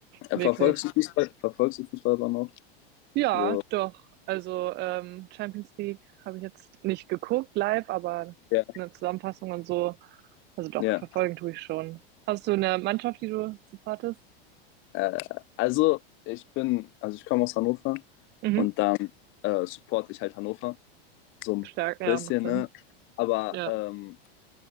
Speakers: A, on the left; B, on the right.
A: Äh,
B: Wirklich.
A: verfolgst du Fußball, verfolgst du Fußball aber noch?
B: Ja,
A: Also,
B: doch. Also ähm, Champions League habe ich jetzt nicht geguckt live, aber
A: ja,
B: eine Zusammenfassung und so. Also doch,
A: ja.
B: verfolgen tue ich schon. Hast du eine Mannschaft, die du supportest?
A: Äh, also ich bin, also ich komme aus Hannover
B: Mhm.
A: und dann äh, supporte ich halt Hannover. So ein
B: Stark, ja,
A: bisschen,
B: macht Sinn.
A: ne? Aber
B: Ja,
A: ähm,